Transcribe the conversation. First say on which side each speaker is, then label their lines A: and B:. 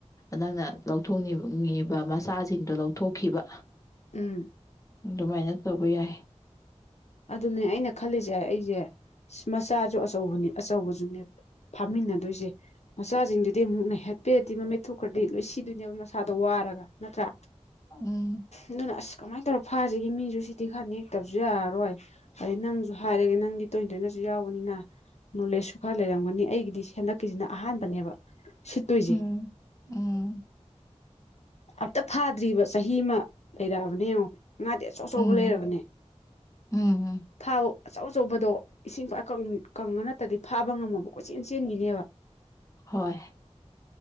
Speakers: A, on the left; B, on the left.
A: ꯅꯪꯅ ꯂꯧꯊꯣꯛꯅꯤꯡꯉꯤꯕ ꯃꯆꯥꯁꯤꯡꯗꯣ ꯂꯧꯊꯣꯛꯈꯤꯕ
B: ꯎꯝ
A: ꯑꯗꯨꯃꯥꯏꯅ ꯇꯧꯕ ꯌꯥꯏ
B: ꯑꯗꯨꯅꯦ ꯑꯩꯅ ꯈꯜꯂꯤꯁꯦ ꯑꯩꯁꯦ ꯃꯆꯥꯁꯨ ꯑꯆꯧꯕꯅꯤ ꯑꯆꯧꯕꯁꯨꯅꯦꯕ ꯐꯥꯃꯤꯟꯅꯗꯣꯏꯖꯦ ꯃꯆꯥꯁꯤꯡꯗꯨꯗꯤ ꯑꯃꯨꯛ ꯅꯩꯍꯠꯄꯤꯔꯗꯤ ꯃꯃꯤꯠ ꯊꯨꯞꯈ꯭ꯔꯗꯤ ꯂꯣꯏ ꯁꯤꯗꯣꯏꯅꯦꯕ ꯃꯁꯥꯗꯣ ꯋꯥꯔꯒ ꯅꯠꯇ꯭ꯔ
A: ꯎꯝ
B: ꯑꯗꯨꯅ ꯑꯁ ꯀꯃꯥꯏꯅ ꯇꯧꯔ ꯐꯥꯁꯤꯒꯦ ꯃꯤꯁꯨ ꯁꯤꯗꯤ ꯈꯔ ꯅꯛꯇꯕꯖꯨ ꯌꯥꯔꯔꯣꯏ ꯑꯗꯩ ꯅꯪꯁꯨ ꯍꯥꯏꯔꯒꯦ ꯅꯪꯗꯤ ꯇꯣꯏꯅ ꯇꯣꯏꯅꯁꯨ ꯌꯥꯎꯕꯅꯤꯅ ꯅꯣꯂꯦꯖꯁꯨ ꯈꯔ ꯂꯩꯔꯝꯒꯅꯤ ꯑꯩꯒꯤꯗꯤ ꯍꯟꯗꯛꯀꯤꯁꯤꯅ ꯑꯍꯥꯟꯕꯅꯦꯕ ꯁꯤꯠꯇꯣꯏꯖꯦ
A: ꯎꯝ ꯎꯝ
B: ꯑꯝꯇ ꯐꯥꯗ꯭ꯔꯤꯕ ꯆꯍꯤ ꯑꯃ ꯂꯩꯔꯛꯑꯕꯅꯦ ꯌꯦꯡꯉꯣ ꯉꯥꯗꯤ ꯑꯆꯧ ꯑꯆꯧꯕ
A: ꯎꯝ
B: ꯂꯩꯔꯕꯅꯦ
A: ꯎꯝ
B: ꯊꯥꯕꯨ ꯑꯆꯧ ꯑꯆꯧꯕꯗꯣ ꯏꯁꯤꯡ ꯈ꯭ꯋꯥꯏ ꯀꯪꯉ ꯅꯠꯇꯗꯤ ꯐꯥꯕ ꯉꯝꯃꯕ ꯀꯣꯏꯆꯦꯟ ꯆꯦꯟꯈꯤꯅꯦꯕ
A: ꯍꯣꯏ